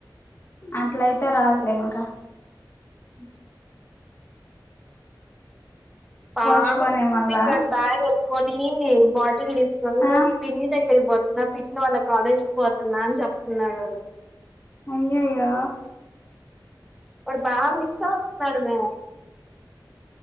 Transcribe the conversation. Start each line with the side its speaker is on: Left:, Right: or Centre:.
Left: అట్లయితే రాదులే ఇంకా
Centre: ఉ పాపం
Left: పోస్ట్ పోనే
Centre: క్రిత్విక్
Left: మళ్ళా
Centre: బ్యాగ్ కొనీ బాటిల్ తీసుకొని
Left: ఆ
Centre: పిన్ని దగ్గరికి పోచ్ మా పిన్ని వాళ్ళ కాలేజీకి పోతున్నా అని చెప్తున్నాడు వాడు
Left: అయ్యయో
Centre: వాడు బా మిస్సవ్తున్నాడమే